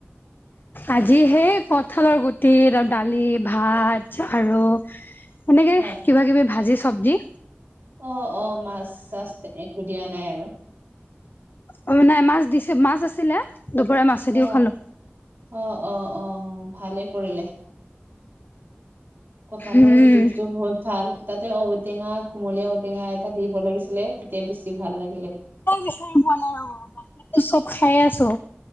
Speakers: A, on the left; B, on the right.
A: আজিহে কঁঠালৰ গুটি <unintelligible> দালি ভাত আৰু এনেকে
B: হয়
A: কিবা-কিবি ভাজি চবজি
B: অ অ মাছ চাছ একো দিয়া নাই আৰু
A: অ নাই মাছ দিছে মাছ আছিলে দুপৰে মাছেদিও
B: অ'।
A: খালো
B: অ', অ', অ', ভালেই কৰিলে। কঁঠালৰ
A: উম
B: গুটিটোটো বহুত ভাল। তাতে ঔটেঙা কুমলীয়া ঔটেঙা এটা দিব লাগিছিলে তেতিয়া বেছি ভাল লাগে।
A: বিচাৰি পোৱা নাই ৰ বাকীো চব খাইে আছো